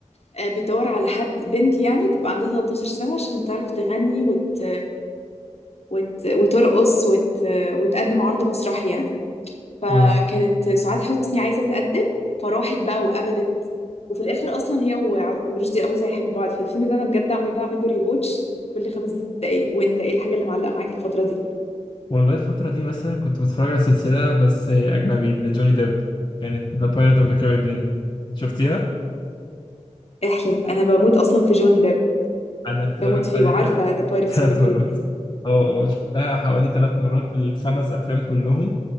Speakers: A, on the left; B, on the left.
A: آه، بيدور على حد بنت يعني تبقى عندها 13 سنه عشان تعرف تغني وت... وت... وترقص وت... وتقدم عرض مسرحي يعني فكانت
B: اه
A: سعاد حسني عايزه تقدم فراحت بقى وقبلت وفي الاخر اصلا هي وع- ورشدي اباظة هيحبوا بعض فالفيلم ده انا بجد عماله اعمل له ريواتش كل خمس دقايق وانت ايه الحاجه اللي معلقه معاك الفتره دي
B: والله الفترة دي مثلا كنت بتفرج على سلسلة بس أجنبي لجوني ديب كانت ذا بايرت اوف ذا كاريبيان شفتيها؟
A: احلف انا بموت اصلا في جوني ديب
B: أنا اتفرجت
A: بموت فيه
B: عليها
A: وعارفه ذا بايرتس
B: <laughs> ثلاث
A: اوف ذا كاريبيان
B: مرات اه اه شفتها حوالي ثلاث مرات الخمس أفلام كلهم